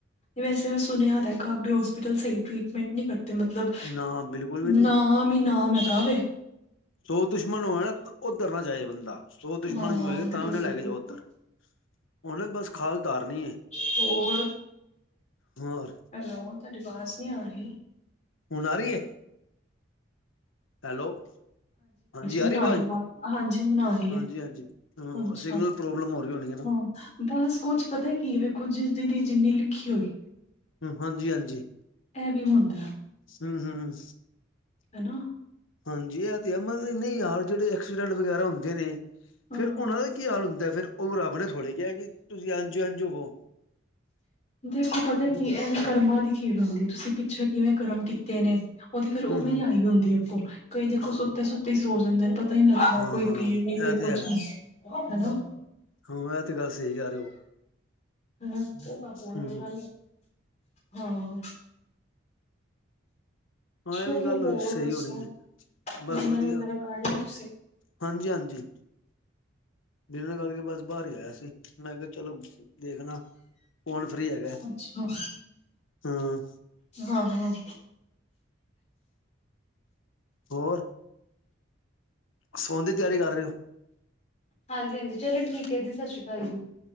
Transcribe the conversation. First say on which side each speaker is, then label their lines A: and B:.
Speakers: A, on the left; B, on the left.
A: ਵੈਸ ਮੈਂ ਸੁਣਿਆ ਦਾ ਗਾਬੇ ਹੋਸਪਿਟਲ ਸਹੀ ਟ੍ਰਰੀਟਮੈਂਟ ਨਹੀਂ ਕਰ। ਤੇ ਮਤਲਬ
B: ਨਾ ਬਿਲਕੁਲ ਵੀ
A: ਨਾਮ ਹੀ ਨਾਮ ਹੈ ਕਾ ਹਵੇ,
B: ਸੋ ਦੁਸ਼ਮਣ ਹੋਏ, ਨਾ ਉੱਦਰ ਨਾ ਜਾਏ ਬੰਦਾ ਸੌ ਦੁਸ਼ਮਣ
A: ਹਾਂ
B: ਵੀ ਹੋਏਗਾ
A: ਬਿਲਕੁਲ-ਬਿਲਕੁਲ
B: ਤਾਂ ਵੀ ਨਾ ਲੈ ਕੇ ਜਾਓ ਉੱਦਰ ਉਹਨੇ ਬਸ ਖਲ ਤਾਰਨੀ ਹੈ।
A: ਹੋਰ
B: ਹੋਰ
A: ਹੈਲੋ, ਤਾਂਡੀ ਵਾਜ਼ ਨਹੀਂ ਆਰੀ,
B: ਹੁਣ ਰਹੀ ਆ, ਹੈਲੋ ਹਾਂਜੀ, ਆਰੀ
A: ਹੁਣ ਆ
B: ਵਾਜ਼
A: ਰਹੀ ਆਵਾਜ਼ ਹਾਂਜੀ ਹੁਣ ਆ ਰਹੀ
B: ਹਾਂਜੀ
A: ਹੈ
B: ਹਾਂਜੀ, ਹੂੰ,
A: ਅੱਛਾ
B: ਸਿਗਨਲ ਪ੍ਰੋਬਲਮ ਹੋ ਰਹੀ ਹੋਣੀ ਨਾ,
A: ਹਾਂ ਬਸ ਕੁਛ ਪਤਾ ਕੀ ਵੇਖੋ ਜਿਸ ਦੀਦੀ ਜਿੰਨੀ ਲਿਖੀ ਹੋਈ।
B: ਹਾਂਜੀ ਹਾਂਜੀ,
A: ਇਹ ਵੀ ਹੁੰਦਾ।
B: ਹੂੰ-ਹੂੰ,
A: <unintelligible>
B: ਹਾਂਜੀ ਇਹ ਤੇ ਆ ਮਤ ਨਹੀਂ ਯਾਰ ਜਿਹੜੇ ਐਕਸੀਡੈਂਟ ਵਗੈਰਾ ਹੁੰਦੇ ਨੇ,
A: ਹਾਂ
B: ਫੇਰ ਉਨਾਂ ਦਾ ਕੀ ਹਾਲ ਹੁੰਦਾ ਫੇਿਰ ਉਹ ਰੱਬ ਨੇ ਥੋੜ੍ਹੇ ਕਿਹਾ ਕਿ ਤੁਸੀਂ ਆਝ ਆਝਵੋ
A: ਦੇਖੋ ਪਤਾ ਕੀ ਇਹ ਵੀ ਕਰਮਾਂ ਦੀ ਖੇਲ ਹੁੰਦੀ ਹੈ ਤੁਸੀਂ ਪਿੱਛੇ ਕਿਵੇਂ ਕਰਮਤੇ, ਨੇ ਉਹਦੀ ਫੇਰ ਉਵੇਂ
B: ਹੂੰ ਹੂੰ
A: ਆਈ ਹੁੰਦੀੋ ਕਈ ਦੇਖੋ, ਸੁੱਤੇ ਸੁੱਤੇ ਸੋਚ ਹੁੰਦੇ ਨੇਤਾ, ਪਤਾ ਹੀ ਲੱਗਣਾ
B: ਹਾਂ
A: ਕੋਈ
B: ਹਾਂ
A: ਪੀੜ ਨੀ ਕੋਈ
B: ਇਹ ਤੇ
A: ਕੁਛ
B: ਹੈ
A: ਨੀ ਹਨਾ।
B: ਹਾਂ ਇਹ ਤੇ ਗੱਲ ਸਹੀ ਆ
A: ਹ ਉਹ ਤਾਂ
B: ਹੂੰ,
A: ਮੇਰਾ ਹਾਂ,
B: ਹਾਂ
A: ਚਲੋ
B: ਇਹ ਵੀ ਗੱਲ
A: ਹੋਰ
B: ਹੋਈ ਸਹੀ
A: ਦੱਸੋ
B: ਹੋਣੀ ਹੈ ਬਸ
A: ਡਿਨਰ
B: ਵਧੀਆ,
A: ਵਗੈਰਾ ਕਰ ਲਿਆ ਤੁਸੀਂ
B: ਹਾਂਜੀ ਹਾਂਜੀ, ਵੀਰੇ ਨਾਲ ਗੱਲ ਕੇ ਬਸ ਬਾਹਰ ਹੀ ਆਇਆ ਸੀ, ਮੈਂ ਕਿਹਾ ਚਲੋ ਦੇਖਣਾ। ਕੋਨ ਫ੍ਰਰੀ ਹੈਗਾ।
A: ਅੱਛਾ
B: ਹਾਂ
A: ਹਾਂ ਹੂੰ,
B: ਹੋਰ? ਸੌਣ ਦੀ ਤਿਆਰੀ ਕਰ ਰਹੇ ਹੋ।
A: ਹਾਂਜੀ ਹਾਂਜੀ ਚਲੋ ਠੀਕ ਹੈ ਜੀ ਸਤਿ ਸ਼੍ਰੀ ਅਕਾਲ ਜੀ।